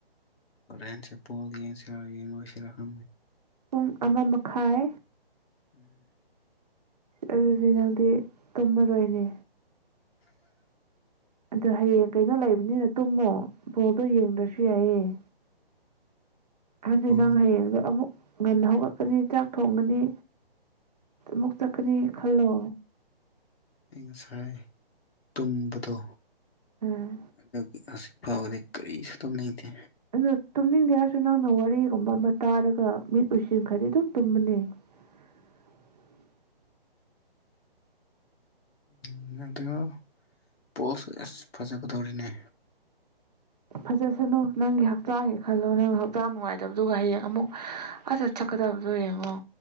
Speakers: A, on the left; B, on the right.
A: ꯑꯣꯔꯟꯁꯦꯄꯣ ꯌꯦꯟꯁꯤꯔ ꯌꯦ ꯑꯣꯏꯁꯤꯔ ꯈꯦ
B: ꯄꯨꯡ ꯑꯃ ꯃꯈꯥꯏ
A: ꯎꯝ
B: ꯑꯗꯨꯅꯦ ꯅꯪꯗꯤ ꯇꯨꯝꯃꯔꯣꯏꯅꯦ ꯑꯗꯨ ꯍꯌꯦꯡ ꯀꯩꯅꯣ ꯂꯩꯕꯅꯤꯅ ꯇꯨꯝꯃꯣ ꯣꯔꯠꯇꯣ ꯌꯦꯡꯗ꯭ꯔꯁꯨ ꯌꯥꯏꯌꯦꯦ ꯍꯥꯏꯖꯤ
A: ꯕꯣꯜ
B: ꯅꯪ ꯍꯌꯦꯡꯗꯣ ꯑꯃꯨꯛ ꯉꯟꯅ ꯍꯧꯔꯛꯀꯅꯤ ꯆꯥꯛ ꯊꯣꯡꯒꯅꯤ ꯃꯛꯇ ꯇꯈꯅꯤ ꯈꯜꯂꯣ
A: ꯑꯏꯤꯡ ꯁꯥꯏ ꯇꯨꯝꯕꯗꯣ
B: ꯎꯝ
A: ꯑꯗꯨꯒꯤ ꯐꯥꯎꯕꯗꯤ ꯀꯔꯤ ꯁꯠꯇꯝ ꯂꯩꯗꯦ
B: ꯑ ꯇꯨꯝꯅꯤꯡꯗꯦ ꯍꯥꯏꯔꯁꯨ ꯅꯪꯅ ꯋꯥꯔꯤꯒꯨꯝꯕ ꯑꯃ ꯇꯥꯔꯒ ꯃꯤꯠ ꯎꯁꯤꯟ ꯈꯔꯗꯤ ꯑꯗꯨꯝ ꯇꯨꯝꯕꯅꯤ <unintelligible>
A: ꯎꯝ ꯑꯗꯨꯒ ꯄꯣꯁꯨ ꯑꯁ ꯐꯖꯒꯗꯧꯔꯤꯅꯦ
B: ꯐꯖꯁꯅꯨ ꯅꯪꯒꯤ ꯍꯛꯆꯥꯡꯒꯤ ꯈꯜꯂꯣ ꯅꯪ ꯍꯛꯆꯥꯡ ꯅꯨꯡꯉꯥꯏꯗꯕꯗꯨꯒ ꯍꯌꯦꯡ ꯑꯃꯨꯛ ꯐꯖꯠꯀꯠ ꯐꯗꯕꯗꯣ ꯌꯦꯡꯉꯣ